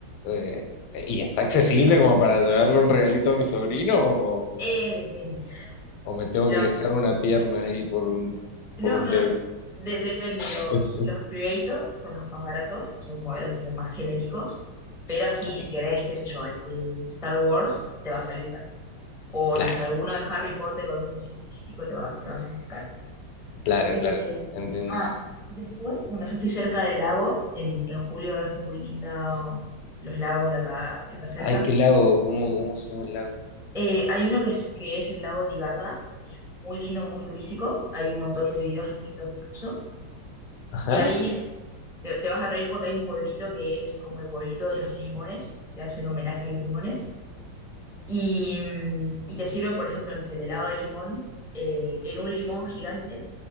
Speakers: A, on the left; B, in the centre.
A: eh, ¿y está accesible como para llevarle un regalito a mi sobrino? ¿O,
B: eh, depende.
A: o me tengo
B: Los
A: que dejar una pierna ahí por un,
B: No,
A: por un
B: no,
A: Lego?
B: no. De- depende,
A: <laughs>
B: los, los creators son los más baratos, son modelos como más genéricos, pero sí,
A: Ok,
B: si querés, qué sé yo, el de Star Wars te va a salir caro. O
A: Claro,
B: no sé, alguno de Harry Potter o alguno así específico te va, te va a salir caro.
A: claro,
B: Eh,
A: claro. Entiendo.
B: ah, después, bueno, yo estoy cerca del lago, en, en julio es muy lindo los lagos de acá, de acá cerca.
A: Ay, qué lago, ¿cómo, cómo se llama el lago?
B: Eh, hay uno que es, que es el lago de Garda, es muy lindo, muy turístico, hay un montón de videos de TikTok incluso.
A: Ajá.
B: Y ahí Te, te vas a reír porque hay un pueblito que es como el pueblito de los limones, te hacen homenaje a los limones, y, mm, y te sirven, por ejemplo, no sé, el helado de limón eh, en un limón gigante,